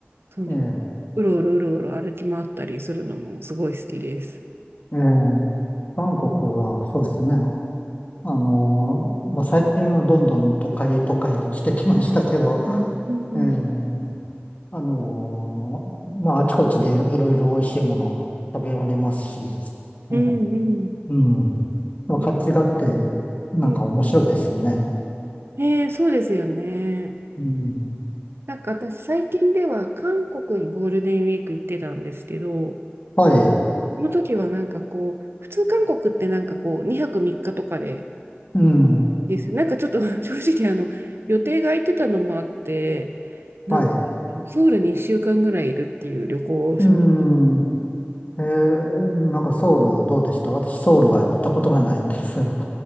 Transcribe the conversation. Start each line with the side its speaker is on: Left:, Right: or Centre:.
Right: そのうろうろうろうろ歩き回ったりするのもすごい好きです。
Left: え、ええ、ええバンコクはそうですね。あのーまあ、最近はどんどん都会都会してきましたけど、
Right: うん、うん、
Left: ええあのーまあ、あちこちでいろいろ美味しいもの食べられますし、ね、
Right: うん
Left: うん。まあ、
Right: い
Left: 活気があって、なんか面白いですよね。
Right: うんねえ、そうですよね。
Left: うん。
Right: なんか私最近では韓国にゴールデンウィーク行ってたんですけど、
Left: はい。
Right: その時はなんかこう、普通韓国ってなんかこう、2泊3日とかで
Left: うん。
Right: ですよ。なんかちょっと <laughs> 正直あの、予定が空いてたのもあって、なんかあのソウルに1週間ぐらいいるっていう旅行をしました。
Left: はい。うん。えー、なんかソウルどうでした私ソウルは行ったことがないんですよ。